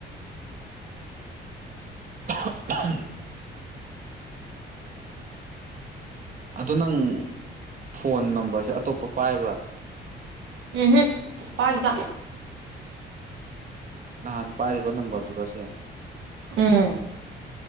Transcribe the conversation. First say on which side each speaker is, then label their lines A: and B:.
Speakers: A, on the right; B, on the right.
A: ꯇꯥꯛꯄꯝ ꯑꯗꯨ ꯅꯪ ꯐꯣꯟ ꯅꯝꯕꯔꯁꯦ ꯑꯇꯣꯞꯄ ꯄꯥꯏꯕ꯭ꯔꯥ
B: ꯎꯝ ꯄꯗ
A: ꯅꯍꯥꯟ ꯄꯥꯏꯔꯤꯕ ꯅꯝꯕꯔꯗꯨꯔꯁꯦ
B: ꯑꯣꯝ